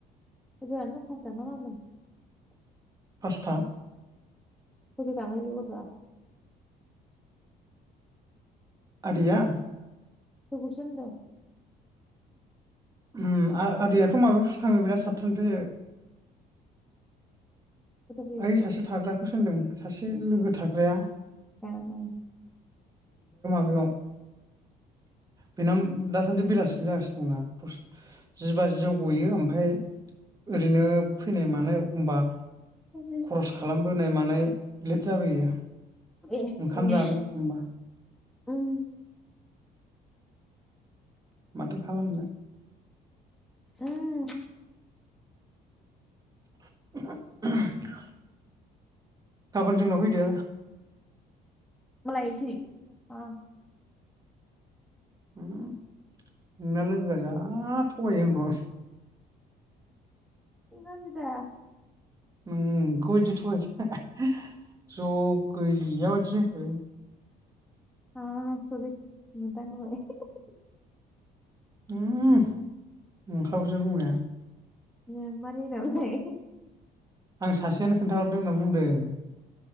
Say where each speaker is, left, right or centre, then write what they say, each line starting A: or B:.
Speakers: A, in the centre; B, on the right.
A: <unintelligible>
B: पास्था
A: कयतायाव थाङो बे गथ'आ?
B: आदैया?
A: <unintelligible> सो होनदों
B: उम आ आदैयाथ' माबायावसो थाङो बेना सातथानिफ्राय
A: फैयो
B: ओइ सासे थाग्राखौसो होनदों। सासे लोगो थाग्राया
A: <unintelligible>
B: याव बेनाम दासान्दि बेलासिनि जागासिनो दंना दस जिबाजियाव गयो ओमफाय ओरैनो फैनाय मानाय अखमबा
A: बेलाय
B: खरस खालाम बोनाय मानाय लेट जाबोयो।
A: ए
B: ओंखाम जाबोयो
A: ए
B: एखमबा
A: उम
B: माथो खालामनो
A: उम
B: <unintelligible> गाबोन जोंनाव फैदो।
A: मा लायनोसै थाङां।
B: उम नोंना लोगोआ जा थगायो आंखौ।
A: जि गारजिदा
B: नंगौ बायदि <unintelligible> ज' गैया बायदि ओइ
A: आसरिद मोनदों दहाय
B: ओम नोंखागौसो बुंनाया।
A: <unintelligible>
B: आं सासेयानो खोन्थाहरदों होननानै बुंदों।